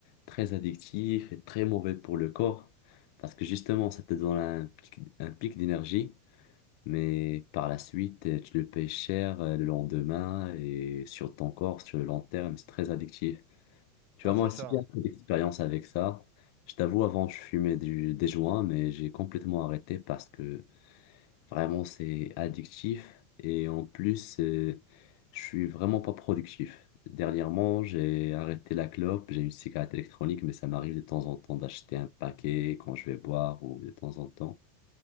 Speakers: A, on the left; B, on the right.
A: très addictif et très mauvais pour le corps parce que justement ça te donne un pic, un pic d'énergie Mais par la suite, euh, tu le payes cher euh, le lendemain et sur ton corps, sur le long terme, c'est très addictif. Tu
B: Non,
A: vois,
B: c'est
A: moi aussi,
B: ça. hein.
A: j'ai un peu d'expérience avec ça. Je t'avoue, avant, je fumais du, des joints, mais j'ai complètement arrêté parce que vraiment, c'est addictif. Et en plus, euh, je suis vraiment pas productif. Dernièrement, j'ai arrêté la clope, j'ai une cigarette électronique, mais ça m'arrive de temps en temps d'acheter un paquet quand je vais boire ou de temps en temps.